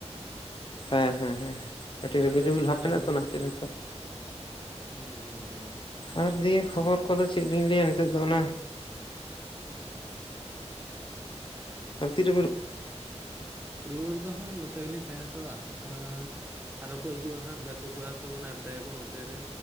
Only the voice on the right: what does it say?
ᱟᱨ ᱞᱟᱹᱭ
ᱵᱤᱱ
ᱛᱟᱦᱚᱞᱮ
ᱠᱷᱚᱵᱚᱨ
ᱠᱚ
ᱦᱩᱸ ᱦᱩᱸ ᱦᱩᱸ
ᱨᱩᱣᱟᱹᱲ ᱫᱚ ᱦᱟᱸᱜ ᱱᱚᱛᱮ ᱜᱮᱞᱤᱧ ᱛᱟᱦᱮᱸ ᱦᱟᱛᱟᱲᱚᱜ ᱮᱻ ᱟᱨᱦᱚ ᱠᱚ ᱦᱤᱡᱩᱜᱼᱟ ᱦᱟᱸᱜ ᱜᱟᱛᱮ ᱠᱚᱲᱟ ᱠᱚ ᱢᱟᱱᱮ ᱟᱰᱰᱟᱭᱟᱠᱚ ᱱᱚᱛᱮ ᱨᱮ